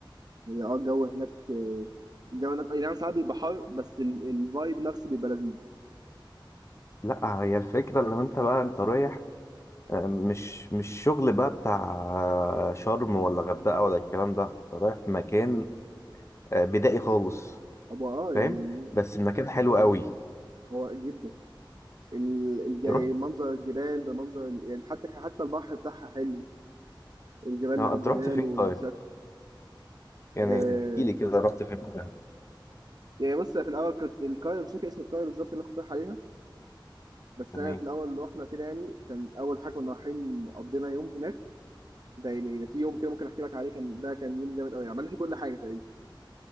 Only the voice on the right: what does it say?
هي اه الجو هناك آه، الجو هناك اي نعم ساعات بيبقى حر بس ال- الفايب نفسه بيبقى لذيذ
هو اه يعني
هو جدا ال- الج-
منظر الجبال بمنظر ال- يعني حتى حتى البحر بتاعها حلو الجبال
لا الجبال
والشكل
آه،
يعني بص في الاول كنت القريه مش فاكر اسم القريه بالظبط اللي انا كنت رايح عليها بس
انا في الاول رحنا كده يعني كان اول حاجه كنا رايحين قضينا يوم هناك ده يعني في يوم كده ممكن احكي لك عليه كان ده كان يوم جامد قوي عملنا فيه كل حاجه تقريبا